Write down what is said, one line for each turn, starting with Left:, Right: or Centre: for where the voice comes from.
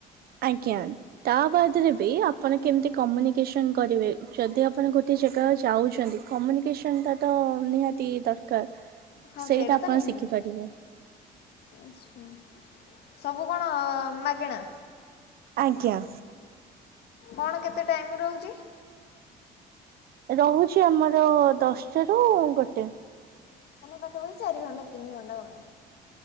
Right: ଆଜ୍ଞା। ତା ବାଦରେ ବି ଆପଣ କେମିତି କମ୍ୟୁନିକେସନ କରିବେ ଯଦି ଆପଣ ଗୋଟେ ଜାଗା ଯାଉଚନ୍ତି। କମ୍ୟୁନିକେସନ ଟା ତ ନିହାତି ଦରକାର
Left: ହଁ
Right: ସେଇଟା
Left: ତ
Right: ଆପଣ
Left: ନିହାତି
Right: ଶିଖିପାରିବେ।
Left: ଆଚ୍ଛା ସବୁ କଣ ମାଗେଣା?
Right: ଆଜ୍ଞା।
Left: କଣ କେତେ ଟାଇମ୍ ରହୁଚି?
Right: ରହୁଛି ଆମର ଦଶଟା ରୁ ଗୋଟେ।
Left: ମାନେ ପାଖା ପାଖି ଚାରିଘଣ୍ଡା ତିନିଘଣ୍ଟା ଭଳିଆ।